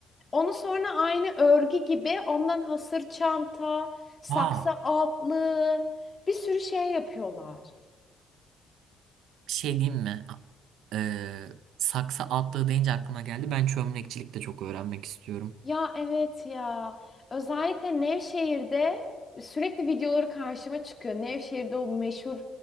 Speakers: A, on the left; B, on the right.
A: Onu sonra aynı örgü gibi ondan hasır çanta, saksı
B: Aa.
A: altlığı bir sürü şey yapıyorlar.
B: Bir şey diyeyim mi? Ee, saksı atlığı deyince aklıma geldi. Ben çömlekçilik de çok öğrenmek istiyorum.
A: Ya evet ya. Özellikle Nevşehir'de sürekli videoları karşıma çıkıyor. Nevşehir'de o meşhur